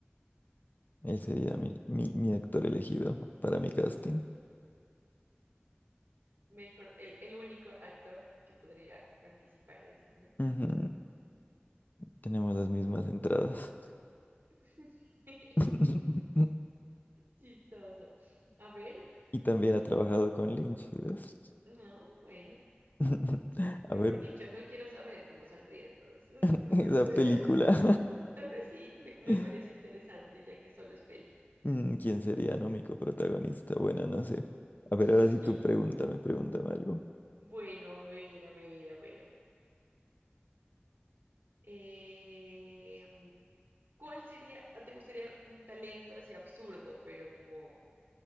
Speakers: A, on the left (about 50°); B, on the right (about 80°).
A: Él sería
B: mm.
A: mi, mi, mi actor elegido para mi casting.
B: mejor, el, el único actor que podría participar, dices, ¿no?
A: Ujú, Tenemos las mismas entradas.
B: <laughs>
A: <laughs>
B: Chistoso. A ver,
A: Y también
B: mm,
A: ha trabajado con Lynch, ¿sí ¿ves?
B: no, bueno,
A: <laughs>
B: mejor
A: A ver,
B: dicho, no quiero saber cómo saldrían todas esas
A: <laughs>
B: cosas.
A: esa
B: <laughs>
A: película.
B: O tal vez sí, me, me
A: <laughs>
B: parece interesante, ya que solo es peli.
A: Mm, ¿Quién sería, no, mi coprotagonista? Bueno, no sé. A ver,
B: <laughs>
A: ahora sí tú pregúntame, pregúntame algo.
B: Bueno, a ver, a ver, a ver. Em, ¿cuál sería, ah, te gustaría un talento así absurdo, pero como